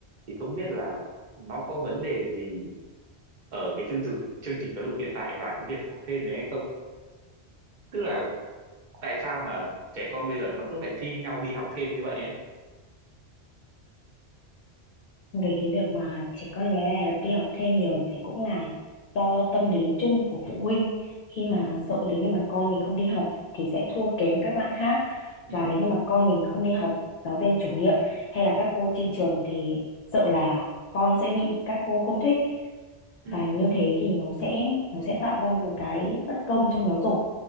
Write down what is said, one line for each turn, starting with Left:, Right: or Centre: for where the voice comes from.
Right: thì không biết là nó có vấn đề gì ở cái chương trình chương trình giáo dục hiện tại và cái việc học thêm đấy hay không tức là tại sao mà trẻ con bây giờ nó cứ phải thi nhau đi học thêm như vậy ấy
Left: về cái việc mà trẻ con ngày nay nó đi học thêm nhiều thì cũng là do tâm lý chung của phụ huynh khi mà
Right: ừ
Left: sợ nếu như mà con mình không đi học thì sẽ thua kém các bạn khác
Right: ừ
Left: và nếu như mà con mình không đi học giáo viên chủ nhiệm hay là các cô
Right: ừ
Left: trên trường thì sợ là con sẽ bị các cô không thích
Right: ừ
Left: và như thế thì nó sẽ nó sẽ tạo ra một cái bất công trong giáo dục